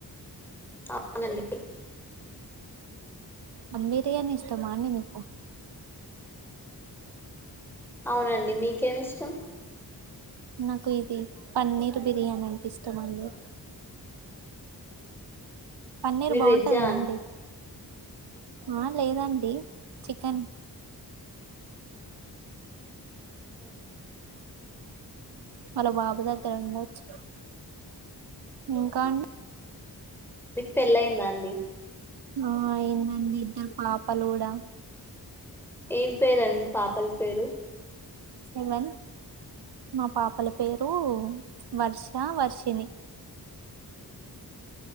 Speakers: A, in the centre; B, on the right.
A: అవునండీ
B: బిర్యాని ఇష్టమాండి మీకు
A: అవునండి మీకేమిష్టం
B: నాకు ఇది పన్నీర్ బిర్యానంటె ఇష్టమండి పన్నీరు
A: మీరు
B: బాగుంటదగ
A: వెజ్జా
B: అండి ఆ లేదండి చికెన్
A: అవునా
B: వాల బాబు దగ్గర ఉండొచ్చు ఇంకా అండి
A: మీకు పెళ్ళయిందా అండి
B: ఆ అయిందండి ఇద్దరు పాపలు కూడా
A: ఏం పేరండి మీ పాపల పేరు
B: ఏవన్ మా పాపల పేరు వర్ష వర్షిణి